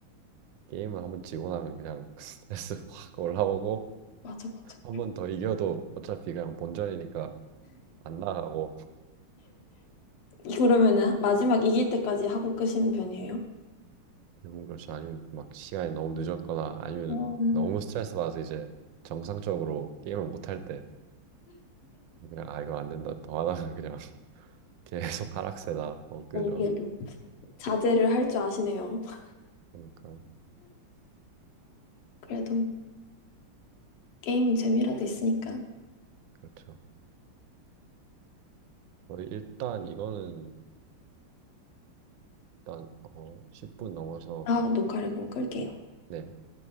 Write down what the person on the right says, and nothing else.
게임을 한 번 지고 나면 그냥 <laughs> 스트레스 확 올라오고
한 번 더 이겨도 어차피 그냥 본전이니까 안 나가고
대부분 그렇죠. 아니면 막 시간이 너무 늦었거나 아니면
너무 스트레스 받아서 이제 정상적으로 게임을 못 할 때 그냥 아 이거 안 된다 더 하다가 그냥 <laughs> 계속 하락세다 뭐 그죠.
그러니까
그렇죠. 저희 일단 이거는 일단 어 10분 넘어서
네